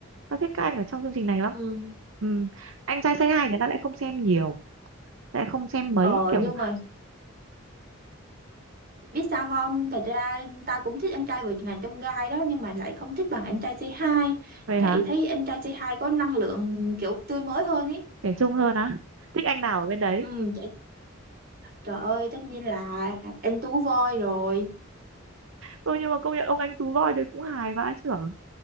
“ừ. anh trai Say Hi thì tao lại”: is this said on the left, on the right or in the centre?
Right